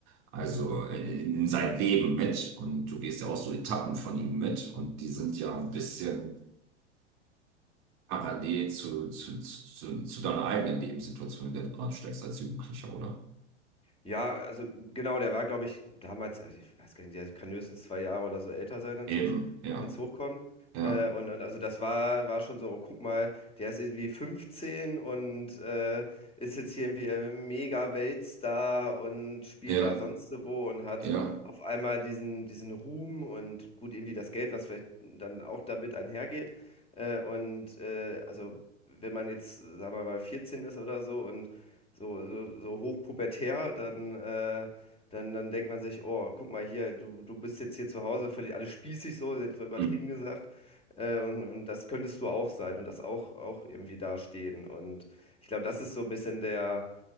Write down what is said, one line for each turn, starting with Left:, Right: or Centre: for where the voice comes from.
Right: Also äh, in, in sein Leben mit. Und du gehst ja
Left: Mhm.
Right: auch so Etappen von ihm mit. Und die sind ja ein bisschen. parallel zu, zu, zu, zu deiner eigenen Lebenssituation, in der du gerade steckst als Jugendlicher, oder?
Left: Ja, also genau, der war, glaube ich, damals, also ich weiß gar nicht, der kann höchstens zwei Jahre oder so älter sein als
Right: Eben,
Left: ich,
Right: ja,
Left: wenn es hochkommt.
Right: ja,
Left: Äh, und, und also das war, war schon so, oh, guck mal, der ist irgendwie 15 und äh, ist jetzt hier irgendwie ein Mega-Weltstar und spielt
Right: ja,
Left: da sonst so wo und hat
Right: ja.
Left: auf einmal diesen, diesen Ruhm und gut, irgendwie das Geld, was vielleicht dann auch damit einhergeht. Äh, und äh, also wenn man jetzt, sagen wir mal, 14 ist oder so und so, so, so hochpubertär, dann, äh, dann, dann denkt man sich, oh, guck mal hier, du, du bist jetzt hier zu Hause, völlig alles spießig so, jetzt mal übertrieben
Right: Hm.
Left: gesagt. Äh, und, und das könntest du auch sein und das auch, auch irgendwie dastehen. Und ich glaube, das ist so ein bisschen der